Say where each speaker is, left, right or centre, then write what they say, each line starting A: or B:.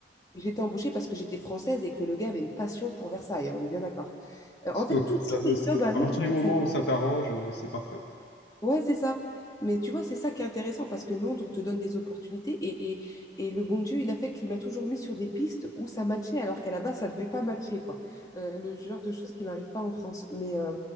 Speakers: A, on the left; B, on the left.
A: J'étais embauchée parce que j'étais française et que le gars avait une passion pour Versailles, hein, on est bien d'accord. Euh,
B: <laughs>
A: en fait, tout-
B: Ça,
A: tous
B: peut-
A: les
B: c'est-
A: jobs à
B: à
A: Londres,
B: partir du moment
A: ça
B: où ça t'arrange, euh, c'est parfait.
A: Ouais, c'est ça. Mais tu vois, c'est ça qui est intéressant parce que Londres te donne des opportunités et, et, et le bon Dieu, il a fait qu'il m'a toujours mis sur des pistes où ça matchait alors qu'à la base, ça ne devait pas matcher, quoi. Euh, le genre de choses qui m'arrivent pas en France. Mais, euh,